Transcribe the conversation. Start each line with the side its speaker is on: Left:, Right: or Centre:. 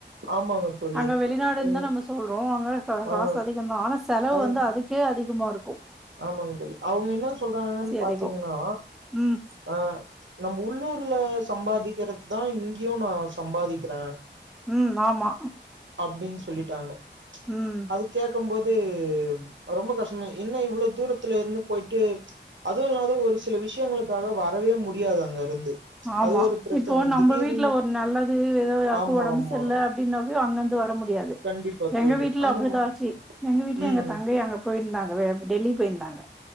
Right: ஆமாங்க தோழி
Centre: அங்க வெளிநாடுந்தா
Right: ம்
Centre: நம்ம சொல்றோ அங்க கா
Right: ஆ
Centre: காசு அதிகந்தா ஆனா செலவு
Right: அது
Centre: வந்து அதுக்கே அதிகமாருக்கூ
Right: ஆமாங்க தோழி அவுங்க என்னா சொல்றாங்கன்னு பாத்தீங்கன்னா
Centre: அதிகம் ம்
Right: ஆ நம்ம உள்ளூர்ல சம்பாதிக்கிறது தா இங்கயு நா சம்பாதிக்கிற
Centre: ம் ஆமா
Right: அப்டின் சொல்லிட்டாங்க
Centre: ம்
Right: அதுக் கேக்கம் போது ரொம்ப கஷ்டமா என்ன இவ்ளோ தூரத்துல இருந்து போயிட்டு அதுவு இல்லாத ஒரு சில விஷயங்களுக்காக வரவே முடியாது அங்க இருந்து
Centre: ஆமா
Right: அது ஒரு பிரச்சன
Centre: இப்போ நம்ப
Right: திடீர்னு
Centre: வீட்ல ஒரு நல்லது ஏதோ யாருக்கோ
Right: ஆமா
Centre: ஒடம்பு
Right: ஆமா
Centre: செர்ல அப்டின்னாவே அங்கர்ந்து வர முடியாது
Right: கண்டிப்பா
Centre: எங்க
Right: தோழி
Centre: வீட்ல
Right: அந்த
Centre: அப்டிதா
Right: மா
Centre: ஆச்சு எங்க வீட்ல
Right: ம்
Centre: எங்க தங்கைய அங்க போய்ர்ந்தாங்கவே டெல்லி போய்ர்ந்தாங்க